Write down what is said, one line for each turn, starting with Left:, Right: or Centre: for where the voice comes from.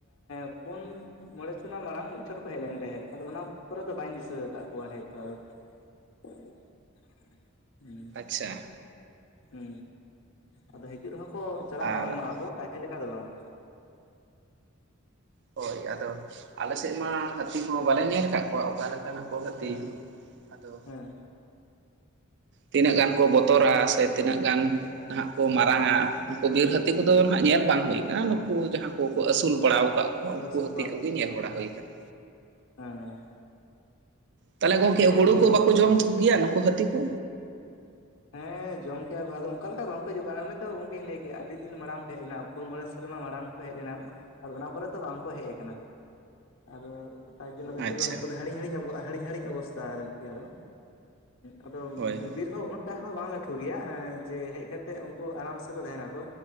Left: <unintelligible> ᱯᱩᱱ ᱢᱚᱬᱮ ᱥᱮᱨᱢᱟ ᱢᱟᱲᱟᱝ ᱢᱤᱫ <unintelligible> ᱠᱚ ᱦᱮᱡ ᱞᱮᱱ ᱛᱟᱦᱮᱸᱫ᱾ ᱟᱫᱚ ᱚᱱᱟ ᱯᱚᱨᱮ ᱫᱚ ᱵᱟᱹᱧ ᱫᱤᱥᱟᱹ ᱟᱠᱟᱫ ᱠᱚᱣᱟ ᱦᱮᱡ ᱫᱚ ᱟᱫᱚ᱾ <unintelligible>
Right: ᱪᱷᱟ᱾
Left: ᱦᱩᱸ᱾ ᱟᱫᱚ ᱦᱤᱡᱩᱜ ᱨᱮᱦᱚᱸ ᱠᱚ ᱪᱟᱞᱟ
Right: ᱟᱨ
Left: ᱯᱟᱨᱚᱢᱚᱜᱼᱟ ᱠᱚ, ᱛᱟᱦᱮᱸ ᱞᱮᱠᱟ ᱫᱚ ᱵᱟᱝ᱾
Right: ᱦᱳᱭ, ᱟᱫᱚ ᱟᱞᱮᱥᱮᱫ ᱢᱟ ᱦᱟᱹᱛᱤ ᱠᱚᱦᱚᱸ ᱵᱟᱞᱮ ᱧᱮᱞ ᱟᱠᱟᱫ ᱠᱚᱣᱟ, ᱚᱠᱟ ᱞᱮᱠ ᱠᱟᱱᱟ ᱠᱚ ᱦᱟᱹᱛᱤ᱾
Left: ᱦᱮᱸ
Right: ᱟᱫᱚ
Left: ᱦᱮᱸ
Right: ᱛᱤᱱᱟᱹᱜ ᱜᱟᱱ ᱠᱚ ᱵᱚᱛᱚᱨᱟ
Left: ᱦᱮᱸ
Right: ᱥᱮ ᱛᱤᱱᱟᱹᱜ ᱜᱟᱱ
Left: ᱦᱮᱸ
Right: ᱱᱷᱟᱜ ᱠᱚ ᱢᱟᱨᱟᱝᱟ, ᱱᱩᱠᱩ ᱵᱤᱨ ᱦᱟᱹᱛ ᱟᱹᱛᱤ ᱠᱚᱫᱚ
Left: ᱦᱮᱸ
Right: ᱱᱷᱟᱜ ᱧᱮᱞ ᱵᱟᱝ ᱦᱩᱭ ᱟᱠᱟᱱᱟ, ᱱᱩᱠᱩ ᱡᱟᱦᱟᱸ ᱠᱚ ᱠᱚ ᱟᱹᱥᱩᱞ ᱵᱟᱲᱟᱣ ᱠᱟᱫ ᱠᱚᱣᱟ ᱩᱱᱠᱩ
Left: ᱟᱹᱥᱩᱞ
Right: ᱦᱟᱹᱛᱤ ᱠᱚᱜᱮ ᱧᱮᱞ ᱵᱟᱲᱟ ᱦᱩᱭ ᱟᱠᱟᱱᱟ᱾
Left: ᱦᱟᱸ᱾
Right: ᱛᱟᱦᱞᱮ ᱜᱚᱝᱠᱮ ᱦᱩᱲᱩ
Left: ᱤᱧᱦᱚᱸ
Right: ᱠᱚ ᱵᱟᱠᱚ ᱡᱚᱢ ᱛᱷᱩᱠ ᱜᱮᱭᱟ ᱱᱩᱠᱩ ᱦᱟᱹᱛᱤ ᱠᱚ?
Left: ᱦᱮᱸ, ᱡᱚᱢ ᱠᱮᱭᱟ ᱠᱚ᱾ ᱟᱫᱚ ᱚᱱᱠᱟ ᱞᱮᱠᱟ ᱵᱟᱝ ᱠᱚ ᱦᱤᱡᱩᱜ ᱠᱟᱱᱟ᱾ ᱚᱱᱮ ᱛᱚ ᱜᱚᱝᱠᱮᱧ ᱞᱟᱹᱭ ᱠᱮᱫ-ᱟ᱾ ᱟᱹᱰᱤ ᱫᱤᱱ ᱢᱟᱲᱟᱝ ᱠᱚ ᱦᱮᱡ ᱞᱮᱱᱟ, ᱯᱩᱱ-ᱢᱚᱬᱮ ᱥᱮᱨᱢᱟ ᱢᱟᱲᱟᱝ᱾ ᱠᱚ ᱦᱮᱡ ᱞᱮᱱᱟ, ᱟᱫᱚ ᱚᱱᱟ ᱯᱚᱨᱮ ᱛᱚ ᱵᱟᱝ ᱠᱚ ᱦᱮᱡ ᱟᱠᱟᱱᱟ᱾ ᱟᱫᱚ ᱛᱟᱨᱡᱚᱱᱱᱚ ᱱᱤᱛᱚᱜ
Right: ᱟᱪᱪᱷᱟ
Left: ᱫᱚ ᱩᱱᱠᱩ ᱫᱚ ᱦᱟᱹᱲᱤ-ᱦᱟᱹᱲᱤᱧ ᱧᱚᱜᱚᱜ-ᱟ, ᱦᱟᱹᱲᱤ-ᱦᱟᱹᱲᱤᱧ ᱚᱵᱚᱥᱛᱟ ᱟᱨᱠᱤ ᱟᱫᱚ᱾ ᱟᱫᱚ
Right: ᱦᱳᱭ ᱦᱳᱭ
Left: ᱵᱤᱨ ᱦᱚᱸ ᱩᱱᱟᱹᱜ ᱴᱟᱜ ᱦᱚᱸ ᱵᱟᱝ ᱞᱟᱹᱴᱩ ᱜᱮᱭᱟ ᱡᱮ ᱦᱮᱡ ᱠᱟᱛ ᱛᱮ ᱩᱱᱠᱩ ᱟᱨᱟᱢ ᱥᱮᱠᱚ ᱛᱟᱦᱮᱱᱟ ᱠᱚ᱾